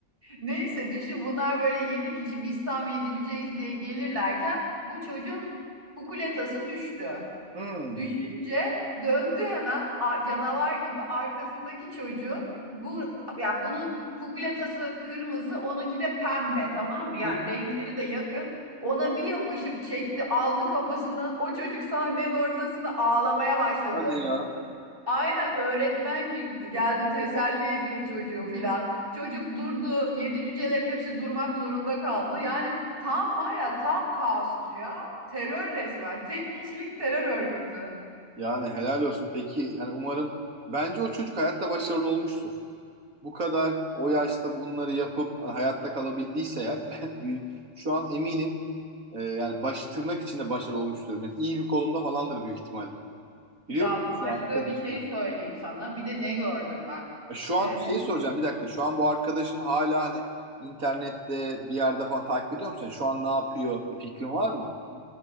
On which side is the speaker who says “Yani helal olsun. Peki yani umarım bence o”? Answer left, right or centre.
Right